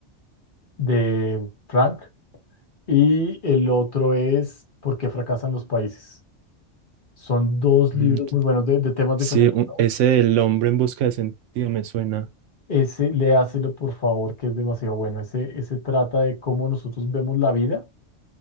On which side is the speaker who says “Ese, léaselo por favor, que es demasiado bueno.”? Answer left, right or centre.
Left